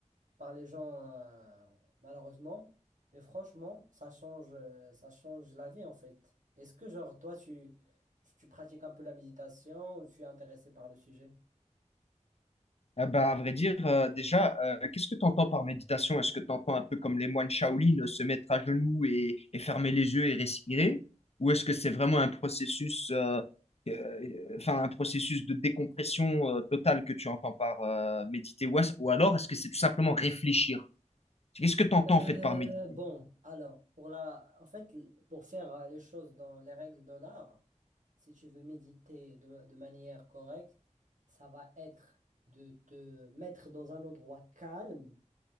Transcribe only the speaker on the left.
Ah bah, à vrai dire, euh, déjà, euh, qu'est-ce que tu entends par méditation? Est-ce que tu entends un peu comme les moines Shaolin, euh, se mettre à genoux et, et fermer les yeux et respirer? Ou est-ce que c'est vraiment un processus, euh, euh, enfin, un processus de décompression, euh, totale que tu entends par, euh, méditer? Ou, est-ce- ou alors, est-ce que c'est tout simplement réfléchir? Qu'est-ce que tu entends
en fait par méditer?